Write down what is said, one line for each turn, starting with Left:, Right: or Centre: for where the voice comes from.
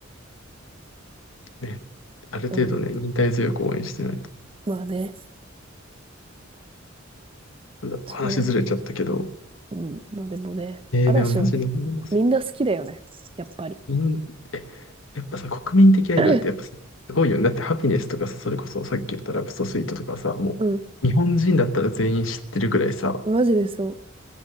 Left: ね。ある程度ね、
Right: うん。
Left: 忍耐強く応援してないと。
Right: まあね。
Left: なんだろう、
Right: そうだよね。
Left: 話ずれちゃったけど。
Right: うん。まあでもね、
Left: えー、
Right: 嵐はね、
Left: でもマジで何でもせ
Right: みんな好きだよね。やっぱり。
Left: みん、え、やっぱさ、国民的アイドルってやっぱすごいよね。
Right: <laughs> <clears throat>
Left: だってハピネスとかさ、それこそさっき言ったラブソスイートとかさ、もう日本人だったら全員知ってるぐらいさ、
Right: うん。マジでそう。